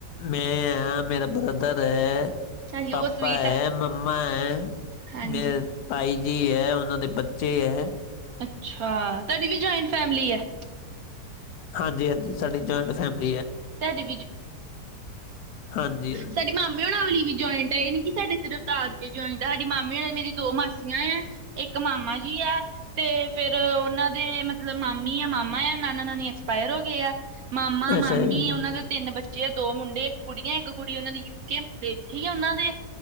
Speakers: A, on the left; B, on the right.
A: ਮੈਂ ਆ, ਮੇਰਾ ਬ੍ਰਦਰ ਹੈ।
B: ਹਾਂਜੀ
A: ਪਾਪਾ
B: ਉਹ ਸਵੀਟ
A: ਹੈ,
B: ਆ
A: ਮੰਮਾ ਏ
B: ਹਾਂਜੀ
A: ਮੇ ਤਾਈ ਜੀ ਹੈ। ਉਹਨਾਂ ਦੇ ਬੱਚੇ ਹੈ।
B: ਅੱਛਾ ਤੁਹਾਡੀ ਵੀ, ਜੁਆਇੰਟ ਫੈਮਿਲੀ ਹੈ।
A: ਹਾਂਜੀ- ਹਾਂਜੀ, ਸਾਡੀ ਜਆਇੰਟ ਫੈਮਿਲੀ ਹੈ।
B: ਸਾਡੀ
A: ਹਾਂਜੀ ਹਾਂਜੀ
B: ਸਾਡੇ ਮਾਮੇ ਹੋਣਾ, ਵਾਲੀ ਵੀ ਜੁਆਇੰਟ ਹੈ। ਇਹ ਨੀ ਕਿ ਸਾਡੇ ਸਿਰਫ, ਦਾਦਕੇ ਜਆਇੰਟ ਹੈ। ਸਾਡੇ ਮਾਮੇ ਮੰਮੀ ਏ, ਮੇਰੀ ਦੋ ਮਾਸੀਆਂ ਏਆ, ਇੱਕ ਮਾਮਾ ਜੀ ਆ। ਤੇ ਫੇਰ ਉਹਨਾਂ ਦੇ ਮਤਲਬ, ਮਾਮੀ ਐ ਮਾਮਾ ਆ। ਨਾਨਾ, - ਨਾਨੀ ਐਕਸਪਾਇਰ ਹੋ ਗਏ ਆ। ਮਾਮਾ, ਮਾਮੀ
A: ਅੱਛਾ ਜੀ
B: ਉਹਨਾਂ ਦੇ ਤਿੰਨ ਬੱਚੇ ਆ। ਦੋ ਮੁੰਡੇ, ਇੱਕ ਕੁੜੀ। ਇੱਕ ਕੁੜੀ ਉਹਨਾਂ ਦੀ ਯ ਗਿਫਟ ਵੇਖੀ ਉਹਨਾਂ ਦੇ।